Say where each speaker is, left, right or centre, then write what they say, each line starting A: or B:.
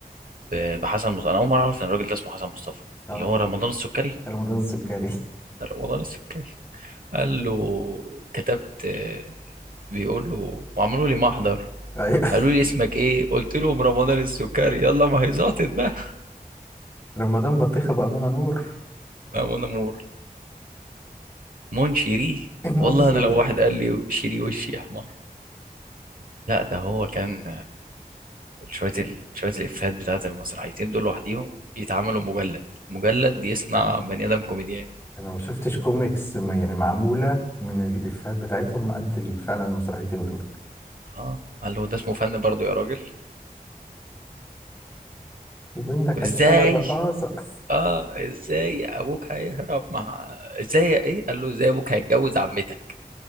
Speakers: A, on the right; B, on the left.
A: ب- بحسن مصطفى أنا أول مرة أعرف إن الراجل ده اسمه حسن مصطفى
B: اه
A: اللي هو رمضان السكري
B: رمضان السكري <laughs>
A: ده رمضان السكري قال له كتبت بيقول له وعملوا لي محضر
B: أيوة.
A: قالوا لي اسمك ايه قلت لهم رمضان السكري يلا ما هي زعطت بقى
B: رمضان بطيخة بأمونة نور
A: مأمون نور مون شيري
B: <laughs> منشري
A: والله انا لو واحد قال لي شيري وشي احمر لا ده هو كان شويه ال- شويه الافيهات بتاعت المسرحيتين دول لوحديهم يتعملوا مجلد مجلد يصنع
B: يعني
A: بني ادم كوميديان
B: أنا ما شفتش كوميكس ما- يعني معمولة من الإفيهات بتاعتهم قد ال- فعلا المسرحيتين دول
A: اه قال له ده اسمه فن برضه يا راجل
B: وبنتك
A: ازاي
B: هتشتغل رقاصة <laughs>
A: اه ازاي ابوك هيهرب مع ازاي ايه قال له ازاي ابوك هيتجوز عمتك